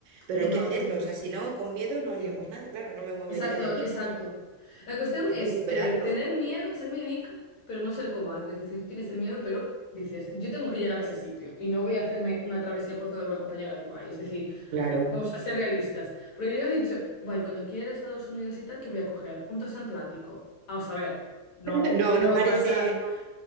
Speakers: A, on the right; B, on the left.
A: Pero
B: pues
A: hay
B: me
A: que
B: lo
A: hacerlo,
B: apunto
A: o
B: eso.
A: sea, si no, con miedo no
B: Sí.
A: haríamos nada, claro, no me movería
B: Exacto,
A: de aquí,
B: exacto. La cuestión
A: hay
B: es
A: que superarlo.
B: eh, tener miedo, ser miedica, pero no ser cobarde. Es decir, tú tienes el miedo, pero dices, yo tengo que llegar a ese sitio y no voy a hacerme una travesía por toda Europa para llegar a Dubái. Es decir,
A: Claro.
B: vamos a ser realistas. Pero yo he dicho, guay, cuando quiera ir a Estados Unidos y tal, que voy a coger un transatlántico. Vamos a ver, no,
A: <laughs> No,
B: no
A: no
B: va
A: parece,
B: a pasar.
A: no.
B: <laughs>